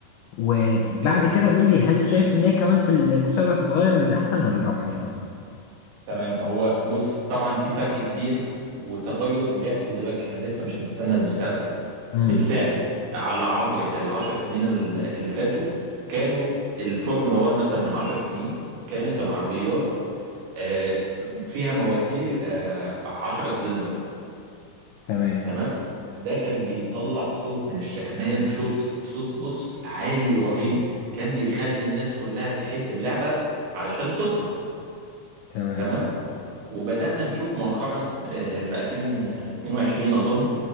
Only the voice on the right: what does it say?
آه،
تمام هو بص طبعا في فرق كبير وتغير بيحصل دلوقتي احنا لسه مش هنستنى المستقبل
بالفعل على عبر العشر سنين ال- اللي فاتوا كانوا الفورمولا 1 مثلا من عشر سنين كانت العربيات آه، فيها مواتير آه، عشرة سلندر
تمام ده كان بيطلع صوت من الشكمان صوت صوت بص عالي ورهيب كان بيخلي الناس كلها تحب اللعبة علشان صوتها
تمام وبدأنا نشوف مؤخرا آه، في 2022 أظن